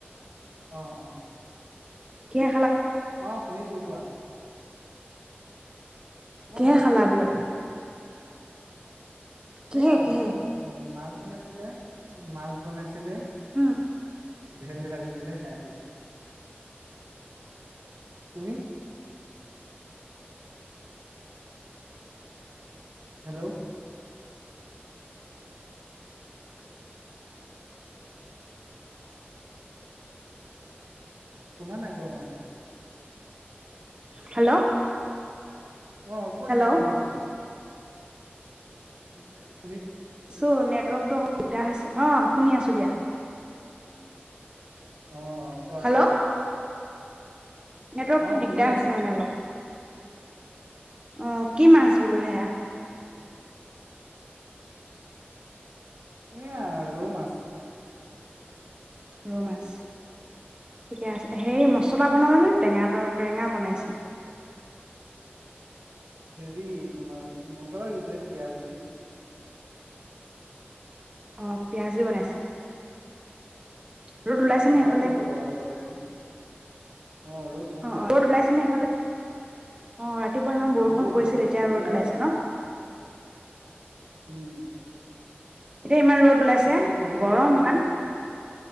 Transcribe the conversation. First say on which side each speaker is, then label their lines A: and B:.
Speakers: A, on the right; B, on the right.
A: অহ অ'।
B: কিয়া,
A: অ', শুনিছো কোৱা? মই
B: কিহেৰে
A: ভাত
B: খালা
A: খালো।
B: বোলে? কিহে
A: এইম
B: কিহে
A: উম মাছ বনাইছিলে, মাছ বনাইছিলে।
B: উম
A: ভেন্দি ভাজিছিলে সেইয়া দি। তুমি? হেল্ল'। শুনা নাই তোমাৰ মাততো।
B: হেল্ল',
A: অ', ক'ত
B: হেল্ল'
A: নাইকিয়া হৈ যোৱা মানে? <inaudible>
B: আছো নেটৱৰ্কতটো অ--দিগদাৰ হৈছে অ', শুনি আছো দিয়া।
A: অ', কোৱা
B: হেল্ল' নেটৱৰ্কটো
A: অ',
B: দিগদাৰ
A: শুনি আছো।
B: হৈছে মানে অলপ। অ কি মাছ বোলো সেয়া?
A: এয়া ৰৌ মাছ।
B: ৰৌ মাছ। ঠিকে আছে, সেই
A: উম,
B: মছলা বনালে নে? টেঙা <unintelligible> বনাইছে।
A: হেৰি তোমাৰ মচলা দিছে পিয়াঁজ দি।
B: অঁ পিয়াঁজ দি বনাইছে। ৰ'দ ওলাইছে
A: উম।
B: নে
A: ময়ে
B: সেইফালে
A: বনালো বাৰু আজি তৰকাৰীখন। অ ৰ'দ বহুত
B: অ
A: ওলাইছে।
B: অ ৰ'দ নে সেইফালে অ ৰাতিপুৱা ইমান বৰষুণ
A: বহুত
B: পৰিছিল
A: বহুত। এতিয়া,
B: ৰ'দ ওলাইছে ন
A: উম।
B: এতিয়া ইমান ৰ'দ- <unintelligible> ওলাইছে।
A: তাকেইতো এতিয়া
B: গৰম
A: কি
B: ইমান।
A: হয়